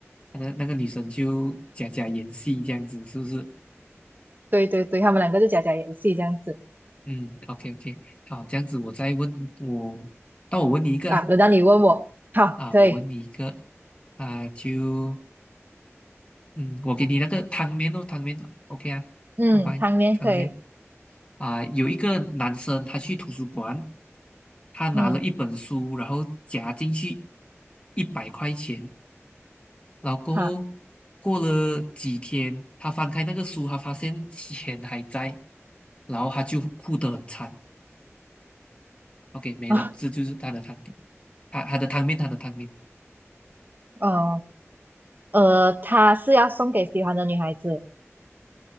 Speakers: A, on the left (about 25°); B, on the right (about 40°).
A: 那那个女生就假假演戏这样子，是不是？
B: 对对对，他们两个就假假演戏这样子
A: 嗯，OK OK，好，这样子我再问我，那我问你一个啦。
B: 啊。轮到你问我，好，
A: 啊，
B: 可以，
A: 我问你一个啊，就嗯，我给你那个汤面哦，汤面，OK 啊，
B: 嗯，
A: 好吧，
B: 汤面可以，
A: 汤面啊，有一个男生他去图书馆，他拿了一本书，
B: 嗯，
A: 然后夹进去一百块钱，然后过后
B: 好
A: 过了几天，他翻开那个书，他发现钱还在，然后他就哭得很惨。OK，没了，
B: 啊，
A: 这就是他的汤底，他他的汤面，他的汤面
B: <laughs> 哦，呃，他是要送给喜欢的女孩子，